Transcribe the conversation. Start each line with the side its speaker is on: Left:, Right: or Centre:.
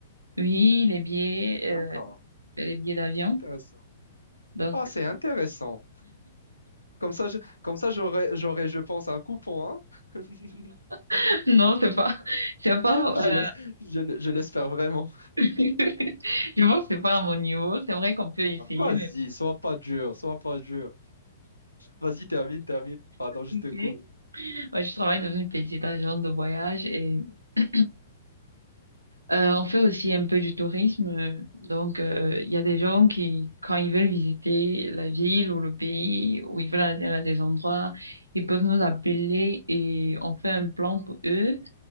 Right: oui, les billets,
Left: D'accord.
Right: euh, je fais les billets d'avion.
Left: C'est intéressant.
Right: Donc,
Left: Ah, c'est intéressant. Comme ça, je- comme ça, j'aurais, j'aurais, je pense, un coupon, hein. <laughs>
Right: <laughs> non, c'est pas, c'est pas,
Left: Je
Right: euh,
Left: laisse, je, je l'espère vraiment.
Right: <laughs> je pense que c'est pas à mon niveau. C'est vrai qu'on peut essayer,
Left: Vas-y,
Right: mais
Left: sois pas dur, sois pas dur. Vas-y, termine, termine. Pardon,
Right: ok.
Left: je te coupe.
Right: Moi, je travaille dans une petite agence de voyage et <clears throat> Euh, on fait aussi un peu du tourisme, euh, donc euh, il y a des gens qui, quand ils veulent visiter la ville ou le pays, ou ils veulent aller à des endroits, ils peuvent nous appeler et on fait un plan pour eux.